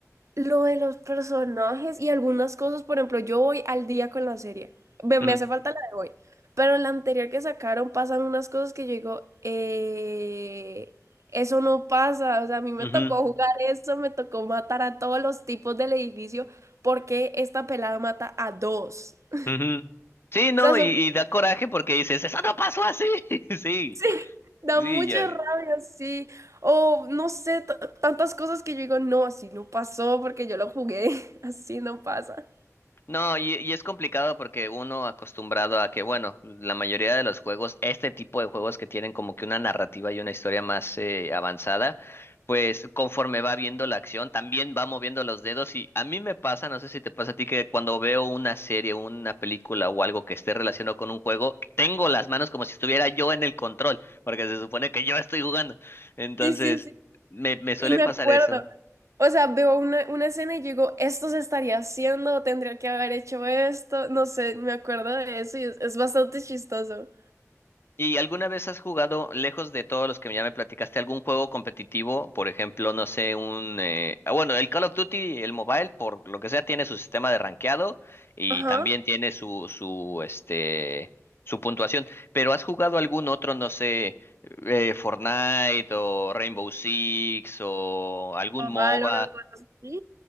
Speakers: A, on the right; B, on the left.
A: lo de los personajes y algunas cosas, por ejemplo, yo voy al día con la serie. Me,
B: Ujú,
A: me hace falta la de hoy. Pero en la anterior que sacaron pasan unas cosas que yo digo, eh, eso no pasa. O sea, a mí me
B: ujú.
A: tocó jugar eso, me tocó matar a todos los tipos del edificio porque esta pelada mata a dos. O
B: Ujú. Sí, no,
A: sea, son-
B: y, y da coraje porque dices, eso no pasó así. <laughs> Sí,
A: <laughs> sí, da
B: sí,
A: mucha
B: ya,
A: rabia, sí. O no sé, t- tantas cosas que yo digo, no, así no pasó porque yo lo jugué, <laughs> así no pasa.
B: No, y, y es complicado porque uno acostumbrado a que, bueno, la mayoría de los juegos, este tipo de juegos que tienen como que una narrativa y una historia más eh, avanzada, pues conforme va viendo la acción, también va moviendo los dedos y a mí me pasa, no sé si te pasa a ti, que cuando veo una serie, una película o algo que esté relacionado con un juego, tengo las manos como si estuviera yo en el control, porque se supone que yo estoy jugando. Entonces,
A: Sí, sí, sí.
B: me, me suele
A: Y me
B: pasar
A: acuerdo.
B: eso.
A: O sea, veo una, una escena y digo, esto se estaría haciendo, tendría que haber hecho esto. No sé, me acuerdo de eso y es, es bastante chistoso.
B: ¿Y alguna vez has jugado, lejos de todos los que ya me platicaste, algún juego competitivo? Por ejemplo, no sé, un... eh, ah, bueno, el Call of Duty, el mobile, por lo que sea, tiene su sistema de rankeado y
A: Ajá.
B: también tiene su, su, este, su puntuación. Pero ¿has jugado algún otro, no sé, eh, Fortnite o Rainbow Six o algún
A: O
B: MOBA?
A: Valorant, o así.